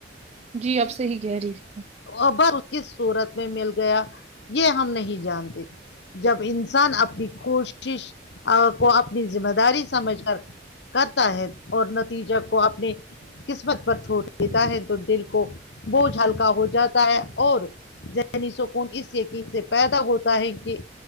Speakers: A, on the right (about 35°); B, on the left (about 60°).
A: جی اپ سہیں کہہ رہی ہے
B: ابل کس صورت میں مل گیا یہ ہم نہیں جانتے جب انسان اپنی کوشش کو اپنی ذمہ داری سمجھ کر کرتا ہے اور نتیجہ کو اپنے قسمت پر چھوڑ دیتا ہے تو دل کو بوجھ ہلکا ہو جاتا ہے اور ذہنی سکون اس یقین سے پیدا ہوتا ہے کہ